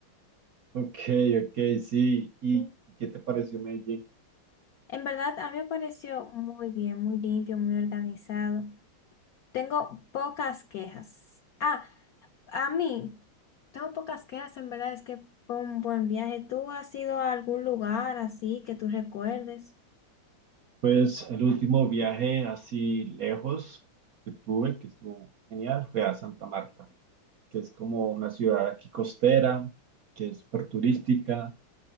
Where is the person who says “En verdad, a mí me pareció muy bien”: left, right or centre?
Left